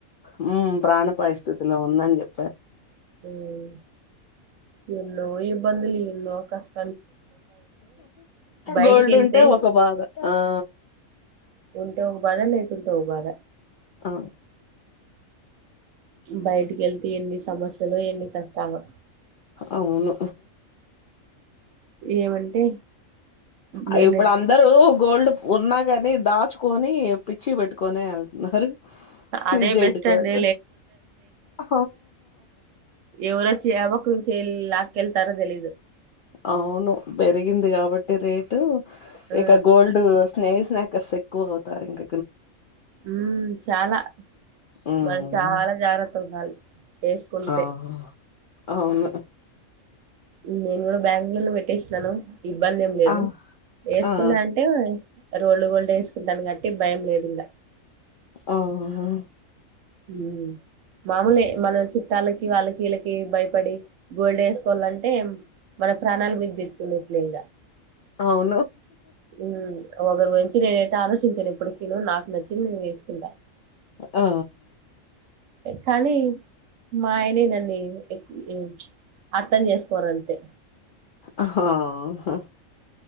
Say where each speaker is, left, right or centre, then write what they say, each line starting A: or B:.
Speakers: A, on the left; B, on the right.
A: హ్మ్ ప్రాణ పాయ్ స్థితిలో ఉందన్ చెప్
B: హ్మ్ ఎన్నో ఇబ్బందలు ఎన్నో కష్ బయటికి
A: గోల్డ్
B: వెళ్తే
A: ఉంటే ఒక బాధ ఆ
B: ఉంటే ఒక బాధ లేకుంటే ఒక బాధ
A: అ
B: బయటికి వెళ్తే ఎన్ని సమస్యలు ఎన్ని కష్టాలో
A: అవును
B: ఏమంటే నేను
A: అవిప్పుడు అందరు గోల్డ్ ఉన్నా కాని దాచుకొని పిచ్చి పెట్టుకొని వెళ్తున్నారు సజెడ్
B: అదే బెస్ట్
A: గోల్డ్
B: అండి
A: ఆ
B: ఎవరొచ్చి యాపక్క నుంచి ఎల్ లాకెళ్తారో తేలిదు
A: అవును పెరిగింది కాబట్టి రేటు
B: ఆ
A: ఇక గోల్డ్ స్నే స్న కస్ ఎక్కువ అవుతారింగ్
B: హ్మ్ చాలా
A: ఉమ్
B: మనం చాలా జాగ్రత్తగా ఉండాలి వేకుంటే
A: ఆ అవును
B: నేను కూడా <unintelligible> పెట్టేసినాను ఇబ్బంది ఏం లేదు
A: ఆ
B: వేసుకున్న
A: ఆ
B: అంటే రోల్డ్ గోల్డ్ వేస్ కుంటాను గట్టి భయం లేదు ఇంగా
A: ఆహా
B: ఉ మామూలే మన చుట్టాలకి వాళ్ళకిీళ్ళకి భయపడి గోల్డ్ వేసుకోవాలంటే మన ప్రాణాలు మీద్ తెచ్చుకునట్లే ఇంగా
A: అవును
B: ఉ ఒకరు గుంచి నేనైతే ఆలోచించాను ఏప్పటికీను నాకు నచ్చింది నేను వేసుకుంటా
A: ఆ
B: కానీ మా అయిని నా వి ఏక్ అర్థం చేసుకోరంతే
A: ఆహా హ్